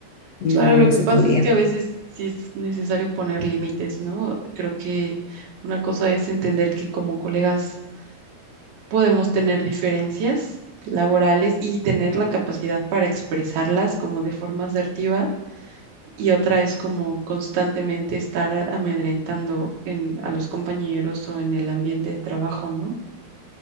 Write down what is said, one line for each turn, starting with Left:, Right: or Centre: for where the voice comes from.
Left: No,
Right: Claro,
Left: ya
Right: lo
Left: no
Right: que
Left: se
Right: pasa
Left: podía.
Right: es que a veces sí es necesario poner límites, ¿no? Creo que una cosa es entender que como colegas podemos tener diferencias laborales y tener la capacidad para expresarlas como de forma asertiva y otra es como constantemente estar amedrentando en, a los compañeros o en el ambiente de trabajo, ¿no?